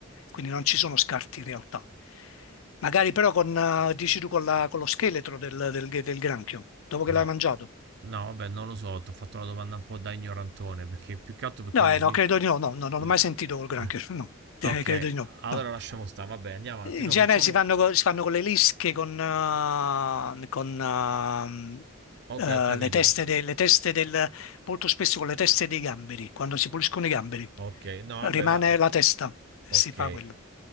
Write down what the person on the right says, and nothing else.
No.
No, vabbè, non lo so, ti ho fatto una domanda un po' da ignorantone, perché più che altro perché
le
ho... vi-
le-
eh,
Ok,
allora
lasciamo stare, vabbè, andiamo avanti,
no,
facciamo...
Ok,
ho capito.
Ok, no, vabbè,
la,
Ok.